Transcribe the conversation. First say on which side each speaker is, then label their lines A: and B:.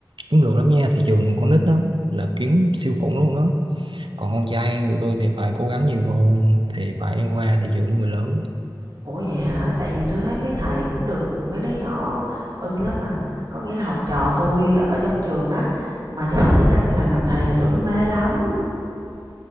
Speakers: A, on the right (about 85°); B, on the right (about 50°).
A: kiếm được lắm nha thị trường con nít đó là kiếm siêu khủng luôn đó còn con trai tụi tôi thì phải cố gắng nhiều hơn thì phải qua thị trường của người lớn
B: ủa vậy hả tại vì tôi thấy mấy thầy cũng được mấy đứa nhỏ ưng lắm mà có nghĩa là học trò tôi ở trong trường á mà đi học tiếng Anh là gặp thầy là tụi nó mê lắm